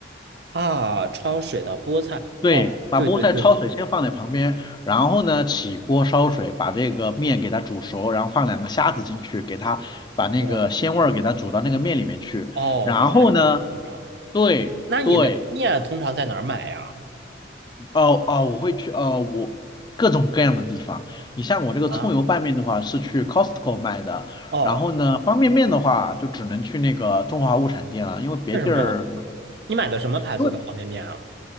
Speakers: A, on the right; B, on the left.
A: 啊，焯水的菠菜，
B: 对，
A: 哦，
B: 把菠菜焯水先放在旁边，
A: 对对对，
B: 然后呢，起锅烧水，把这个面给它煮熟，然后放两个虾子进去，给它把那个鲜味儿给它煮到那个面里面去。
A: 哦哦，
B: 然后呢，
A: 原来是这样。
B: 对对，
A: 那你那个面通常在哪儿买呀？
B: 哦哦，我会去，哦，我各种各样的地方。你像我这个葱油拌面的话，
A: 啊，
B: 是去 Costco 卖的，
A: 哦，
B: 然后呢，方便面的话就只能去那个中华物产店了，因为别地儿买，
A: 为什么呀？你买的什么牌子的方便面啊？
B: 因为